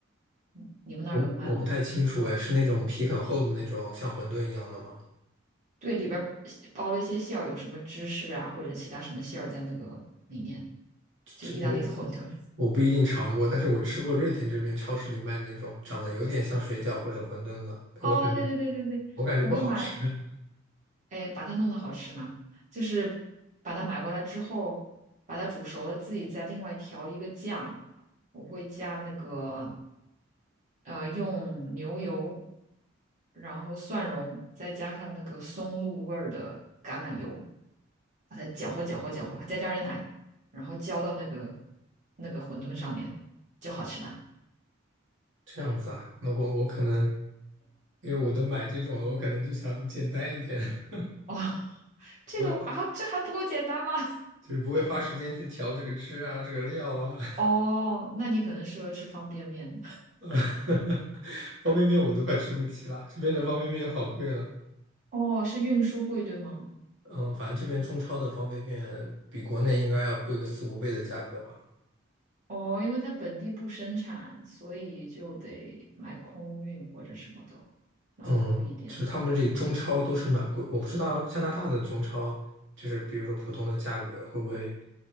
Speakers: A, on the right; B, on the right.
A: 你你们那儿有的卖吗？
B: 我我不太清楚哎，是那种皮很厚的那种像馄饨一样的吗？
A: 对，里边儿包了一些馅儿，有什么芝士啊或者其他什么馅儿在那个里面，就意大利的馄饨。
B: 这我我不一定尝过，但是我吃过瑞典这边超市里卖的那种长得有点像水饺或者馄饨的，
A: 哦，
B: 我感觉
A: 对对对对对，
B: 我感觉不好吃。
A: 我会买，哎，把它弄得好吃吗？就是把它买过来之后，把它煮熟了，自己再另外调一个酱。我会加那个呃，用牛油，然后蒜蓉，再加上那个松露味儿的橄榄油，把它搅和搅和搅和，再加点奶，然后浇到那个那个馄饨上面，就好吃啦。
B: 这样子啊，那我我可能因为我都买这种了，我可能就想简单一点，<laughs>
A: 哦，<laughs> 这个啊，
B: 不会花
A: 这还不够简单吗？<laughs>
B: 就是不会花时间去调这个汁啊，这个料啊。<laughs>
A: 哦，那你可能适合吃方便面。
B: <laughs> 方便面我都快吃不起了，这边的方便面好贵了。
A: 哦，是运输贵，对吗？
B: 嗯，反正这边中超的方便面比国内应该要贵个四五倍的价格吧。
A: 哦，因为它本地不生产，所以就得买空运或者什么的，那会贵一点。
B: 嗯，就是他们这里中超都是蛮贵，我不知道加拿大的中超，就是比如说普通的价格会不会